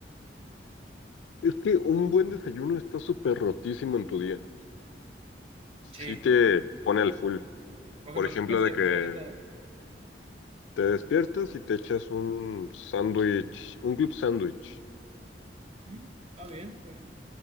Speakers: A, on the left (about 80°); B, on the right (about 35°).
A: Es que un buen desayuno está súper rotísimo en tu día. Sí
B: Sí.
A: te pone al full.
B: Por ejemplo,
A: Por ejemplo,
B: ¿tú qué desayunaste
A: de que
B: ahorita?
A: te despiertas y te echas un sándwich, un club sándwich.
B: Mm, Está bien, está bien.